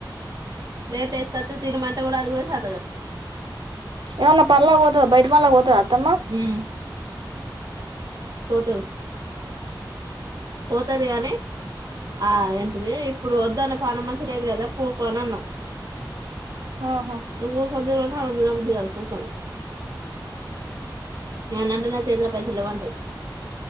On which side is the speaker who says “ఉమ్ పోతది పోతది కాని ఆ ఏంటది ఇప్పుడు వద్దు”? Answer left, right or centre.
Right